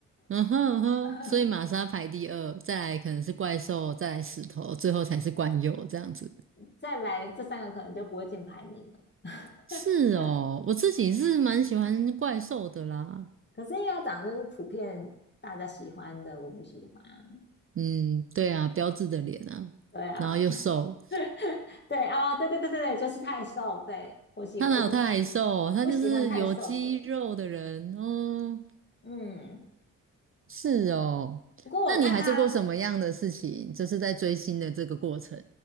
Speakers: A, on the right; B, on the left.
A: 嗯哼嗯哼，
B: <laughs>
A: 所以玛莎排第二，再来可能是怪兽，再来石头，最后才是冠佑这样子。
B: 再来这三个可能就不会进排名了。<laughs>
A: 是哦，我自己是蛮喜欢怪兽的啦。
B: 可是因为要讲的就是普遍大家喜欢的，我不喜欢啊。
A: 嗯，对啊，标志的脸啊，
B: 对啊，
A: 然后又瘦，
B: <laughs> 对啊，对对对对对，就是太瘦。对我喜我不
A: 他哪有太瘦？他就是有肌肉的人哦。
B: 不喜欢太瘦的。嗯，
A: 是哦，
B: 不过我看他
A: 那你还做过什么样的事情？就是在追星的这个过程。